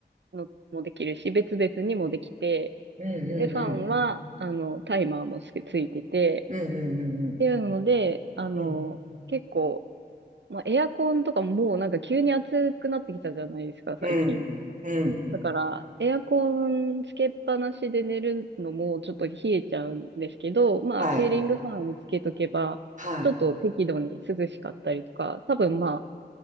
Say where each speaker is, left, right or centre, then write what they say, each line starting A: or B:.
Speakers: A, on the right; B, on the right.
A: のもできるし、別々にもできて、
B: うんうんうん。
A: で、ファンは、あの、タイマーもつけついてて、
B: うんうんうんうん。
A: っていうので、あの、
B: うん。
A: 結構、まあ、エアコンとかもうなんか急に暑くなってきたじゃないですか、最近。
B: うん。うん。
A: だから、エアコンつけっぱなしで寝るのもちょっと冷えちゃうんですけど、まあ、
B: はい。
A: シーリングファンつけとけば、
B: はい。
A: ちょっと適度に涼しかったりとか、多分まあ、